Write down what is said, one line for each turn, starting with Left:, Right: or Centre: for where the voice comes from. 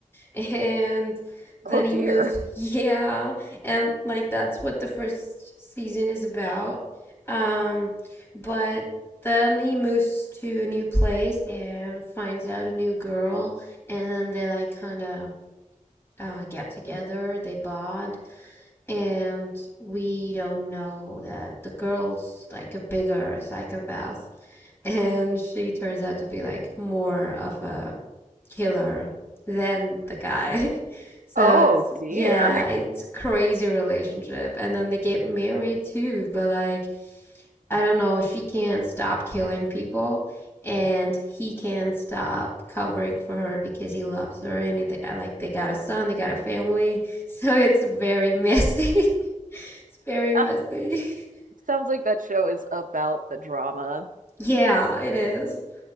Left: and then
Right: Oh dear.
Left: he moves <laughs> yeah and like that's what the first season is about um but then he moves to a new place and finds out a new girl and then they like kind of uh, get together they bond and we don't know that the girl's like a bigger psychopath and she turns out to be like more of a killer than the guy. <laughs> So
Right: Oh
Left: it's
Right: dear.
Left: yeah, it's a crazy relationship. And then they get married too, but like I don't know, she can't stop killing people and he can't stop covering for her because he loves her and it, uh, like they got a son, they got a family. <laughs> So it's very messy. <laughs> It's very
Right: <laughs>
Left: messy. <laughs>
Right: Sounds like that show is about the drama.
Left: Yeah, it is.